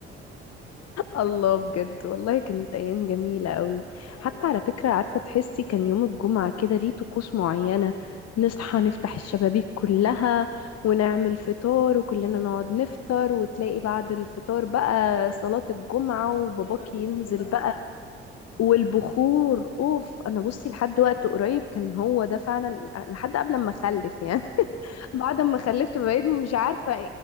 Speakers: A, on the left; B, on the left.
A: الله بجد والله كانت ايام جميله قوي
B: اه
A: حتى
B: والله
A: على فكره عارفه تحسي كان يوم الجمعه كده ليه طقوس معينه نصحى نفتح الشبابيك كلها ونعمل فطار وكلنا نقعد نفطر وتلاقي بعد الفطار بقى صلاه الجمعه وباباكي
B: نشغل بخور
A: ينزل
B: بقى
A: بقى والبخور اوف انا بصي لحد وقت قريب كان هو ده فعلا لحد قبل ما اخلف يعني
B: اه
A: بعد ما خلفت بقيت مش عارفة